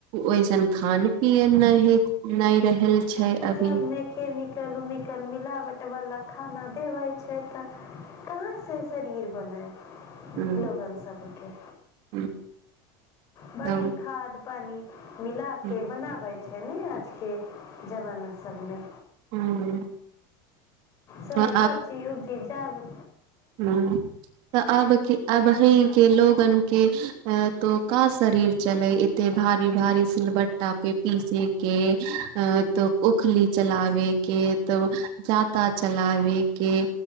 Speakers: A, on the right; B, on the left.
A: ओइसन खान पियन नहि ह नय रहल छै अभी
B: सभमे कमिकल उमिकल मिलावटवला खाना देबै छै तऽ कहाँसँ शरीर बनय
A: हूँ
B: लोगन सबके
A: हूँ
B: बड़ी
A: तब
B: खाद पानी मिला
A: हूँ
B: के बनाबे छै ने आज के जमाना सबमे
A: हूँ
B: सब
A: हूँ
B: सब्जी उब्जी जाद
A: ह तऽ अब अब हैं के लोगन के तो का शरीर चले एते भारी भारी सिलबट्टा पे पीसे के तऽ उखली चलावे के तऽ जाता चलावे के